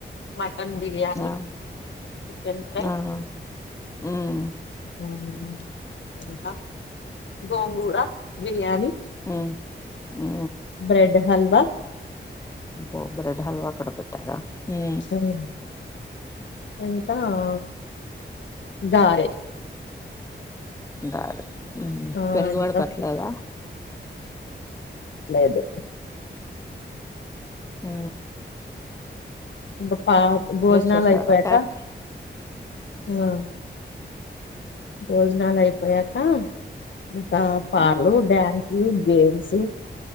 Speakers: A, on the left; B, on the left.
A: మట మటన్ బిర్యానీ
B: ఆ
A: చికెన్ ఫ్రై
B: ఆ హ్మ్
A: హు హు ఇంకా గోంగూరా బిర్యానీ
B: హు హూ
A: బ్రెడ్ హల్వా
B: అబ్బో బ్రెడ్ హల్వా కూడా పెట్టారా హు
A: ఉమ్, ఇంకా ఆ గారే
B: గారే ఊ
A: ఆ
B: పెరుగువడ
A: ఇంకా
B: పేట్టలేదా
A: లేదూ
B: ఊ
A: బప్ పా భోజనాలు
B: చేసారా
A: అయిపోయాకా
B: క్యాట్
A: ఆ భోజనాలు అయిపోయాక ఇంకా పార్లు
B: ఆ
A: డ్యాన్సు గేమ్స్